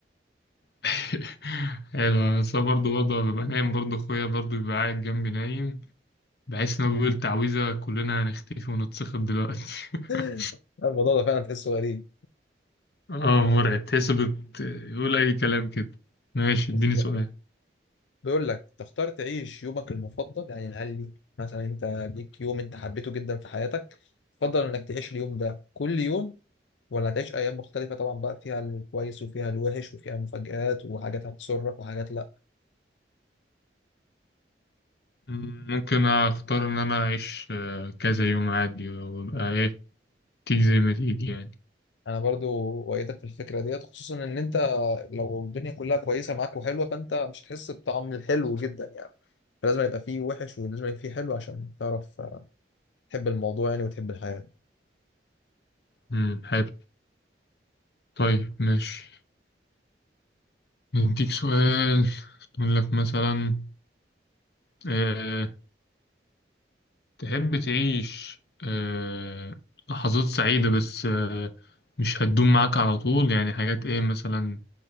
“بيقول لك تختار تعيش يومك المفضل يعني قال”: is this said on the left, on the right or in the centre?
Left